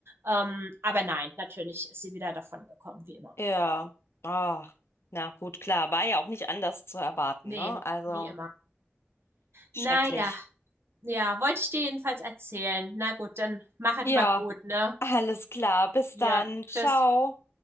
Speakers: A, on the right (about 65°); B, on the left (about 70°).
A: Ähm, aber nein, natürlich ist sie wieder davon gekommen, wie immer.
B: Ja, ach, na gut, klar, war ja auch nicht anders zu erwarten,
A: Nee,
B: ne? Also
A: wie immer.
B: schrecklich.
A: Na ja, ja, wollte ich dir jedenfalls erzählen. Na gut, dann machet
B: Ja,
A: mal gut, ne?
B: alles klar, bis
A: Hier,
B: dann,
A: tschüss.
B: ciao.